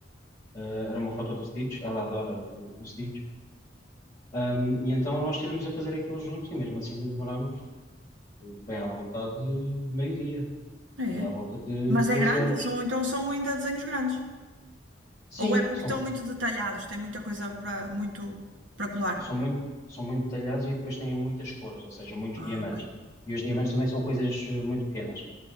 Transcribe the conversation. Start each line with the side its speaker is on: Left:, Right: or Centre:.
Left: eh, era uma foto do Stitch, ela adora o, o Stitch, Ahm, e então nós estivemos a fazer aquilo juntos e mesmo assim demorámos eh, bem à vontade meio-dia,
Right: É,
Left: aí à
Right: é.
Left: volta de
Right: Mas
Left: 12
Right: é grande?
Left: horas.
Right: São, então são ainda desenhos grandes.
Left: Sim,
Right: Ou é porque
Left: são
Right: estão muito detalhados, tem muita coisa para muito para colar.
Left: são muito, são muito detalhados e depois têm muitas cores, ou seja, muitos
Right: Ah,
Left: diamantes.
Right: ok.
Left: E os diamantes também são coisas eh, muito pequenas.